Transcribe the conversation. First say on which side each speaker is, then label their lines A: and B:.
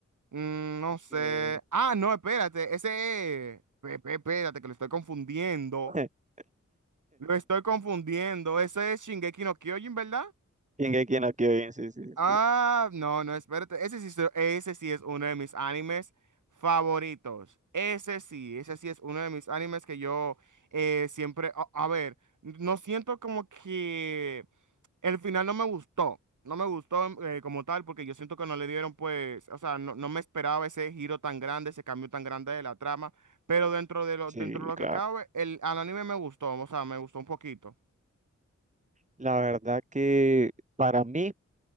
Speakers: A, on the right; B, on the right.
A: Mm, no sé.
B: Mm,
A: Ah, no, espérate, ese es- pe- pe- Espérate, que lo estoy confundiendo.
B: <laughs>
A: Lo estoy confundiendo. Ese es Shingeki no Kyojin, ¿verdad?
B: Shingeki no Kyojin, sí, sí,
A: Ah,
B: sí.
A: no, no, espérate. Ese sí, so- ese sí es uno de mis animes favoritos. Ese sí, ese sí es uno de mis animes que yo eh, siempre, a, a ver, no siento como que el final no me gustó. No me gustó mm, eh, como tal porque yo siento que no le dieron pues, o sea, no, no me esperaba ese giro tan grande, ese cambio tan grande de la trama, pero dentro de lo,
B: Sí,
A: dentro de lo
B: claro.
A: que cabe, el, al anime me gustó, o sea, me gustó un poquito.
B: La verdad que para mí,